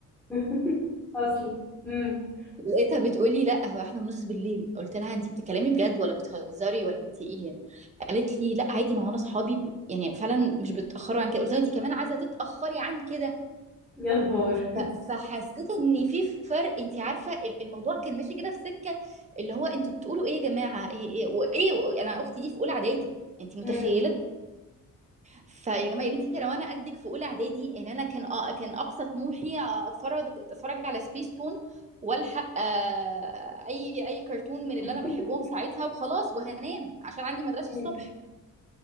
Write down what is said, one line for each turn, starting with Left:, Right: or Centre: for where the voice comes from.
Centre: <laughs> اصل امم
Right: لقيتها بتقولي لا هو احنا ونص بالليل قلت لها انت بتتكلمي بجد ولا بتهزري ولا انت ايه يعني قالت لي لا عادي ما هو انا اصحابي ب- يعني فعلا مش بيتاخروا عن كده قلت لها انت كمان عايزه تتاخري عن كده
Centre: يا نهار
Right: ف- فحسيت ان في فرق انت عارفه ال- الموضوع كان ماشي كده في سكه اللي هو انتوا بتقولوا ايه يا جماعه ايه ايه وايه و- انا اختي دي في اولى اعدادي انت متخيله
Centre: امم
Right: فيا جماعه يا بنتي لو انا قدك في اولى اعدادي ان انا كان آه كان اقصى طموحي اتفرج اتفرج على سبيس تون والحق آه اي اي كرتون من
Centre: <laughs>
Right: اللي انا بحبهم ساعتها وخلاص وهنام عشان عندي مدرسه
Centre: مم.
Right: الصبح